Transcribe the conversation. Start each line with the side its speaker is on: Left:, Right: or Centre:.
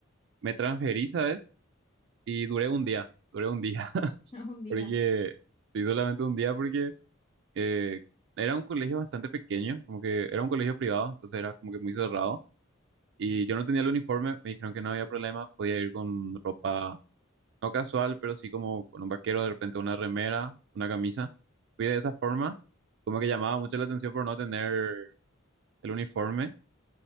Right: me transferí, ¿sabes? Y duré un día, duré un día, <laughs>
Left: <laughs> un día.
Right: porque sí, solamente un día porque eh, era un colegio bastante pequeño, como que era un colegio privado, entonces era como que muy cerrado Y yo no tenía el uniforme, me dijeron que no había problema, podía ir con ropa no casual, pero sí como con un vaquero, de repente una remera, una camisa. Fui de esa forma, como que llamaba mucho la atención por no tener el uniforme.